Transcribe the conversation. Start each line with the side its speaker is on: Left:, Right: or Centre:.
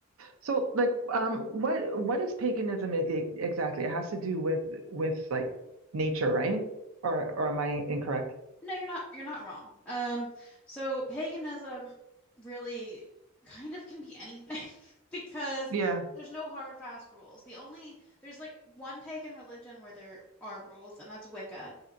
Right: So like um what what is paganism e- exactly? It has to do with with like nature, right? Or or am I incorrect?
Centre: No, you're not you're not wrong. Um, so paganism really kind of can be anything <laughs> because
Right: Yeah.
Centre: there's no hard fast rules. The only there's like one pagan religion where there are rules, and that's Wicca.